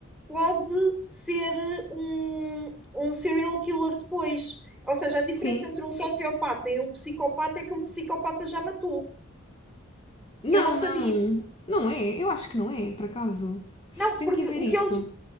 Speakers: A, in the centre; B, on the left.
A: pode ser eh, um, um serial killer depois. Ou seja, a diferença
B: Sim.
A: entre um sociopata e um psicopata é que um psicopata já matou.
B: Não,
A: Eu não sabia.
B: não. Não é. Eu acho que não é, por acaso.
A: Não,
B: Tenho
A: porque
B: que ver
A: o
B: isso.
A: que eles.